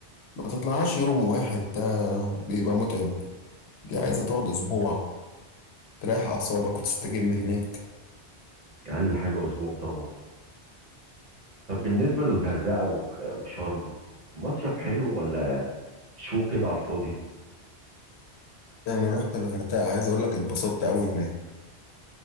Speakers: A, on the left (about 75°); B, on the right (about 40°).
A: ما تطلعهاش يوم واحد ده بيبقى متعب دي عايزة
B: يبقى
A: تقعد
B: م-
A: اسبوع تريح اعصابك وتستجم هناك
B: اقل حاجه اسبوع طبعا طب بالنسبه للغردقه و- وشرم مصيف حلو ولا شو كده على الفاضي
A: يعني رحت الغردقة عايز اقول لك اتبسطت قوي هناك